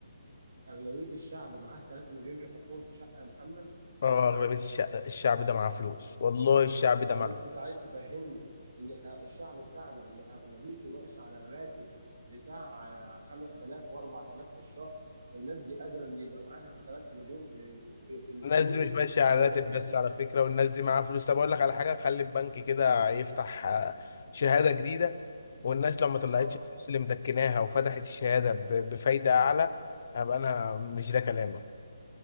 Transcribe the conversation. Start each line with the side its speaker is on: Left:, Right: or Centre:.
Right: اغلبيه الشعب معاه 3 مليون يحطهم في شقه يا محمد
Left: اه اغلبية الشعب الشعب ده معاه فلوس والله الشعب ده
Right: يعني
Left: معاه فلوس
Right: انت عايز تفهمني ان ال- الشعب بتاعنا اللي اغلبيته ماشي على الراتب بتاع آه، 5000 و4000 في الشهر الناس دي قادره ان يبقى معاها 3 مليون في في في الفلوس
Left: الناس دي مش ماشيه على
Right: انها
Left: راتب
Right: تقدر
Left: بس على فكره والناس دي معاها فلوس طب اقول لك على حاجه خلي البنك كده يفتح آه، شهاده جديده والناس لو ما طلعتش
Right: اه
Left: الفلوس اللي مدكناها وفتحت الشهاده ب- بفايده اعلى هبقى انا مش ده كلامي